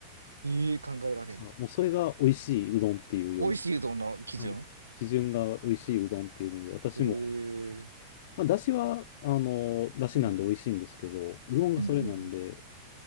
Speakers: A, on the right; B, on the left.
A: ええ、考えられんな。
B: あもうそれが美味しいうどんっていうよう
A: 美味しいうどんの基準
B: な、はい。基準が美味しいうどんっていうので、私も、
A: えー、
B: まあ、だしは、あの、だしなんで美味しいんですけど、
A: うん。
B: うどんがそれなんで、
A: うんうんうん。